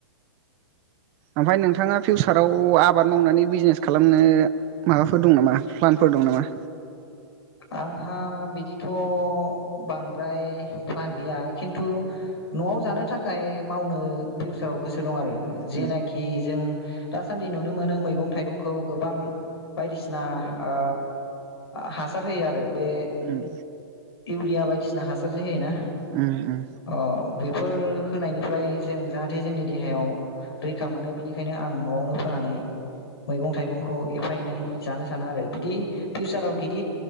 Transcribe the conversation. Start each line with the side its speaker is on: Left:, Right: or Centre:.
Right: ओमफाय नोंथाङा फिउसाराव आबाद मावनानै बिजनेस खालामनो माबाफोर दं नामा प्लानफोर दं नामा?
Left: आंहा बिदिथ' बांद्राय प्लान गैया खिन्थु न'आव जानो थाखाय मावनो फिउसाराव गोसो दं आरो। ओ जेनाखि
Right: उम
Left: जों। दासान्दि नुनो मोनो मैगं थाइगंखौ गोबां बायदिसिना ओ हा सार होयोआरो। बे
Right: उम
Left: इउरिया बाय बिदिसिना हासार जे होयोना।
Right: उम उम
Left: अ बेफोर होनायनिफ्राय जों जाहाथे जोंनि देहायाव <inaudible> रैखा मोनो बेनिखायनो आं न'आवनो फोनानै। मैगं थाइगंखौ एफा एनै जानो। सानो आरो बिदि फिउसाराव गिदिर।